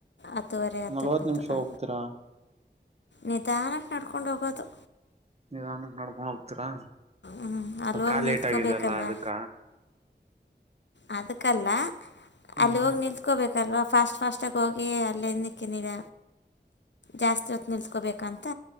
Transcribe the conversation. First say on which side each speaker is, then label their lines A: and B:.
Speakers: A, on the left; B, on the right.
A: ಅತ್ತುುವರೆ ಅತ್ತು
B: ನಲ್ವತ್
A: ಇಪ್ಪತ್ತು
B: ನಿಮಿಷ ಹೋಗ್ತೀರಾ
A: ನಿಧಾನ ನಡ್ಕೊಂಡ ಹೋಗ ಹೋಗೋದು
B: ನೀದಾನಕ್ಕೆ ನಡ್ಕೊಂಡ ಹೋಗ್ತೀರಾ
A: ಹ್ಞೂ ಅಲ್ಲಿ
B: ಅ
A: ಹೋಗಿ
B: ಕ
A: ನಿಂತ್ಕೋಬೇಕಲ್ವಾ
B: ಲೇಟ್ ಆಗಿದಲ್ಲಾ ಅದಕ್ಕ
A: ಅದಕಲ್ಲ
B: ಹ್ಮ್
A: ಅಲ್ಲಿ ಹೋಗಿ ನಿಲ್ತ್ಕೋಬೇಕು ಲ್ವ ಫಾಸ್ಟ್ ಫಾಸ್ಟಾಗಿ ಹೋಗಿ ಅಲ್ಲಿಂದಕ್ಕೆ ನೀಿಡ ಜಾಸ್ತಿ ಹೊತ್ತು ನಿಲ್ತ್ಕೋಬೇಕಂತ